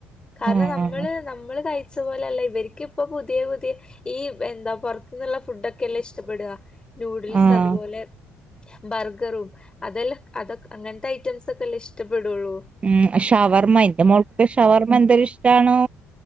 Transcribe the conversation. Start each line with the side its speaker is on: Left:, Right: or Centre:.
Left: കാര്ണം
Right: ആഹ്
Left: നമ്മള് നമ്മള് കഴിച്ച പോലല്ല ഇവര്ക്ക് ഇപ്പൊ പുതിയ പുതി- പ്പി ഈ എന്താ പൊറത്ത്ന്ന്ള്ള ഫുഡൊക്കല്ലെ ഇഷ്ടപ്പെട നൂഡിൽസ്
Right: ആഹ്
Left: അതുപോലെ ബർഗറും അതല്ലെ അതൊ അങ്ങൻത്ത ഐറ്റംസൊക്കല്ലെ ഇഷ്ടപ്പെടൊള്ളൂ.
Right: ഉം ഷവർമ്മ ഇന്റെ മോൾക്ക്‌ ഷവർമ്മ എന്തൊര് ഇഷ്ടാണോ